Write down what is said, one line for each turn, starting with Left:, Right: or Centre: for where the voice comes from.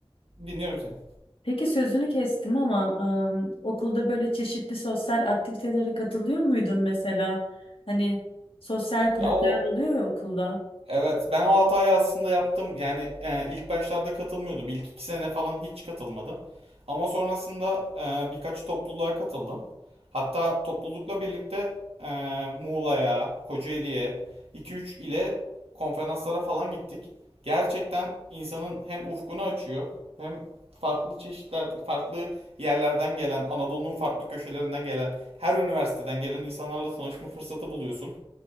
Right: dinliyorum seni.
Left: Peki sözünü kestim ama ım, okulda böyle çeşitli sosyal aktivitelere katılıyor muydun mesela? Hani sosyal kulüpler
Right: Ya o
Left: oluyor ya okulda.
Right: Evet, ben o hatayı aslında yaptım. Yani e, ilk başlarda katılmıyordum. İlk iki sene falan hiç katılmadım. Ama sonrasında e, birkaç topluluğa katıldım. Hatta toplulukla birlikte e, Muğla'ya, Kocaeli'ye, 2-3 ile konferanslara falan gittik. Gerçekten insanın hem ufkunu açıyor, hem farklı çeşitler, farklı yerlerden gelen, Anadolu'nun farklı köşelerinden gelen, her üniversiteden gelen insanlarla tanışma fırsatı buluyorsun.